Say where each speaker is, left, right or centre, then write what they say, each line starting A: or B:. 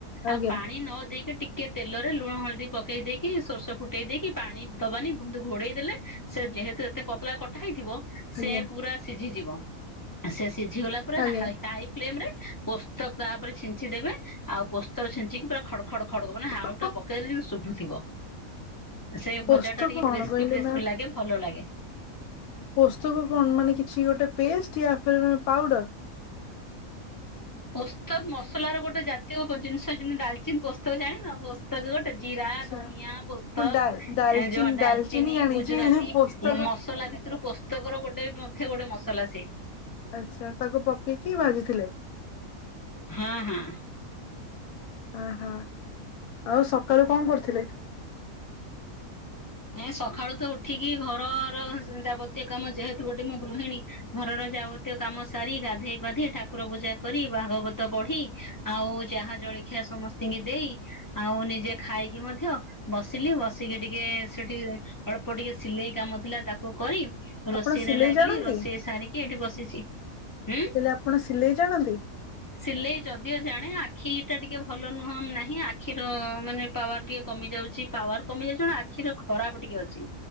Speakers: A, on the left; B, on the left.
A: ଆଜ୍ଞା
B: ଆଉ ପାଣି ନ ଦେଇକି ଟିକ୍ ଟିକେ ତେଲରେ ଲୁଣ ହଳଦୀ ପକେଇ ଦେଇ କି ସୋରିଷ ଫୁଟେଇ କି ପାଣି ଦବାନି ଘୋଡେଇ ଦେଲେ। ସେ ଯେହେତୁ ଏତେ ପତଳା କଟା ହେଇଥିବ।
A: ଆଜ୍ଞା
B: ସେ ପୁରା ସିଝିଯିବ, ସେ ସିଝିଗଲା ପରେ
A: ଆଜ୍ଞା।
B: ହା ହାଇ ଫ୍ଲେମ ରେ ପୋସ୍ତକ ତା ଉପରେ ଛିଞ୍ଚି ଦେବେ ଆଉ ପୋସ୍ତକ ଛିଞ୍ଚିକି ପୁରା ଖଡ଼ ଖଡ ଖଡ଼ ହବ ନା ଆଳୁ
A: ପୋସ୍ତକ
B: ଟା ପକେଇଲେ ଯେମିତି ଶୁଭୁଥିବ। ସେ
A: ପୋସ୍ତକ
B: ଭଜା ଟା ଟିକେ
A: କଣ
B: କ୍ରିସ୍ପି
A: କହିଲେ
B: କ୍ରିସ୍ପି
A: ମ୍ୟାମ୍?
B: ଲାଗେ ଭଲ ଲାଗେ।
A: ପୋସ୍ତକ କଣ ମାନେ କିଛି ଗୋଟେ ପେଷ୍ଟା ୟା ଫିର ପାଉଡର।
B: ପୋସ୍ତକ ମସଲାର ଗୋଟେ ଜାତୀୟ ଜିନିଷ ଯେମତି ଡାଲଚିନ୍ ପୋସ୍ତକ ଜାଣିନ ପୋ ପସ୍ତକ ଗୋଟେ ଜିରା
A: ଆଚ୍ଛା
B: ଧନିଆ ପୋସ୍ତକ
A: ମୁଁ ଡାଲ ଡାଲଚିନି
B: ଏ ଯୋଉ ଡାଲଚିନି
A: ଜାଣିଛି
B: ଗୁଜୁରାତି।
A: ହେଲେ ପୋସ୍ତକ
B: ମସଲା ଭିତରୁ ପୋସ୍ତକର ଗୋଟେ ମଧ୍ୟ ଗୋଟେ ମସଲା ସେ।
A: ଆଛା, ତାକୁ ପକେଇକି ଭାଜିଥିଲେ।
B: ହୁଁ ହୁଁ।
A: ଓହୋ ଆଉ ସକାଳେ କଁ କରିଥିଲେ? <inaudible>
B: ଏଁ ସକାଳୁ ତ ଉଠିକି ଘରର ଯାବତୀୟ କାମ ଯେହେତୁ ଗୋଟେ ମୋ ଗୃହିଣୀ। ଘରର ଯାବତୀୟ କାମ ସାରି ଗାଧେଇ ପାଧେଇ ଠାକୁର ପୂଜା କରି ଭାଗବତ ପଢି। ଆଉ ଚାହା ଜଳଖିଆ ସମ ସ୍ତିଙ୍କି ଦେଇ ଆଉ ନିଜେ ଖାଇକି ମଧ୍ୟ ବସିଲି, ବସ ଟିକେ ଟିକେ ସେଠି ଅଳ୍ପ ଟିକେ ସିଲେଇ କାମ ଥିଲା ତାକୁ କରି।
A: ଆପଣ
B: ରୋଷେଇ
A: ସିଲେଇ
B: ରେ ଲାଗିଲି
A: ଜାଣନ୍ତି?
B: ରୋଷେଇ ସାରିକି ଏଠି ବସିଛି। ଉଁ
A: ମୁଁ କହିଲି ଆପଣ ସିଲେଇ ଜାଣନ୍ତି?
B: ସିଲେଇ ଯଦିଓ ଜାଣେ ଆଖିଟା ଟିକେ ଭଲ ନୁହଁ ନାହିଁ ଆଖିର ମାନେ ପାୱାର ଟିକେ କମି ଯାଉଛି ପାୱାର କମି ଯାଉଛି କଣ ଆଖିର ଖରାପ ଟିକେ ଅଛି